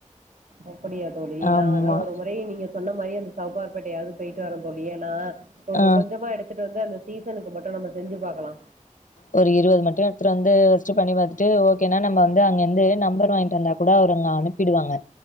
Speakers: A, on the right; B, on the left.
A: அப்படியா தோழி நா
B: ஆமா
A: அதா ஒரு முறை நீங்க சொன்ன மாரி அந்த சவுக்கார்பேட்டயாது போய்ட்டு வர தோழி ஏனா ஒரு
B: ஆ
A: கொஞ்சமா எடுத்துட்டு வந்து அந்த சீசனுக்கு மட்டு நம்ப செஞ்சு பாக்கலா
B: ஒரு இருவது மட்டு எட்த்து டு வந்து யோஸ்ச்சு பண்ணி பாத்துட்டு ஓக்கேனா நம்ப வந்து அங்கேர்ந்து நம்பர் வாய்ன்ட்டு வந்தா கூட அவுருங்க அனுப்பிடுவாங்க